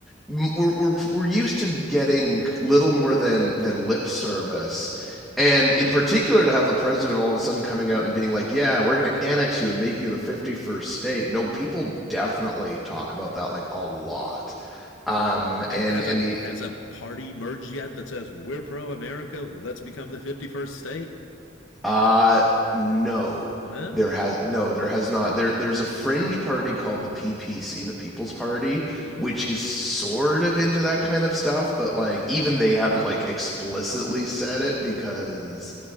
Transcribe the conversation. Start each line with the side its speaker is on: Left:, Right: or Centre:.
Centre: m- we're we're, we're used to getting little more than than lip service. And in particular, to have the president all of a sudden coming out and being like, "Yeah, we're going to annex you and make you the 51st state." No, people definitely talk about that like a lot. Um,
Left: Has
Centre: and
Left: has
Centre: and
Left: a
Centre: the
Left: has a party merged yet that says we're pro America? Let's become the fifty first state.
Centre: Uh no.
Left: No.
Centre: There has no, there has not. There there's a fringe party called the PPC, the People's Party,
Left: Mm-hmm.
Centre: which is sort of into that kind of stuff, but like even they haven't like explicitly said it because